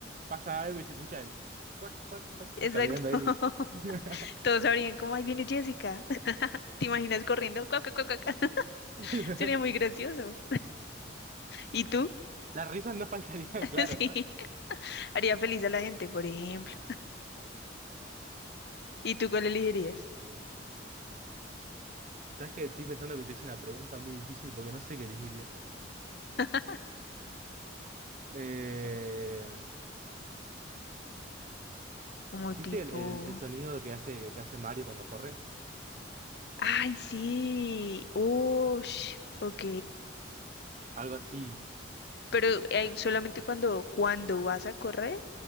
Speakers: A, on the right (about 40°); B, on the left (about 60°).
A: pasa algo y se escucha el cuac, cuac, cuac,
B: Exacto.
A: cuac, caminando ahí.
B: <laughs>
A: <laughs>
B: Todos sabrían como, ahí viene Jessica. <laughs> ¿Te imaginas corriendo? Cuac, cuac, cuac, cuac. <laughs>
A: <laughs>
B: Sería muy gracioso. ¿Y tú?
A: Las risas no faltarían,
B: <laughs>
A: <laughs> claro,
B: Sí,
A: ¿no?
B: haría feliz a la gente, por ejemplo. ¿Y tú cuál elegirías?
A: Sabes que estoy pensando que te hice una pregunta muy difícil porque no sé qué elegiría.
B: <laughs>
A: Eh,
B: Como tipo,
A: ¿viste el, el- el sonido que hace, que hace Mario cuando corre?
B: ay, sí, oh, ok.
A: Algo así.
B: Pero eh, solamente cuando, cuando vas a correr